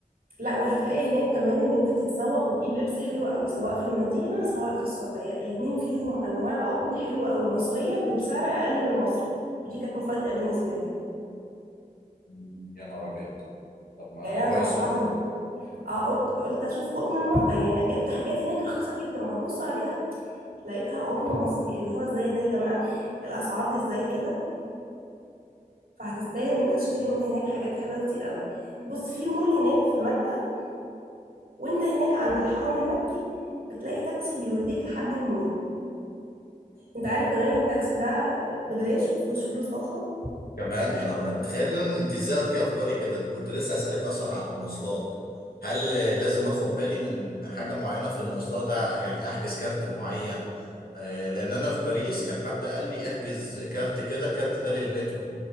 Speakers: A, on the right; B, on the left.
A: لا وهتلاقي هناك كمان ان انت تتسوق وتجيب لبس حلو قوي سواء في المدينة سواء في السعودية الاتنين فيهم انواع قطن حلوة قوي مصرية وبسعر اقل من مصر ودي كانت مفاجأة بالنسبة لي
B: مم. يا نهار ابيض طب ما
A: يعني
B: كويس
A: انا توقعت
B: والله
A: ان اه قلت قلت اشوف قطن الم... يعني جبت حاجات هناك رخيصة جدا ببص عليها لقيتها قطن مصري اللي هو ازاي ده يا جماعة الاسعار دي ازاي كده فهتستاهل ان انت تشتري من هناك حاجات حلوه كتير قوي بص في مول هناك في مكه وانت هناك عند الحرم المكي بتلاقي تاكسي بيوديك لحد المول انت عارف كمان ان التاكسي ده ببلاش مفيهوش فلوس اصلا
B: كمان يا نهار أبيض تخيل ان أنا- انت ازاي قلتي افكاري كده انا كنت لسه هسألك اصلا على المواصلات هل آه، لازم اخد بالي من حاجة معينة في المواصلات آه، يعني احجز كارت معين آه، لان انا في باريس كان حد قال لي احجز كارت كده الكارت ده للمترو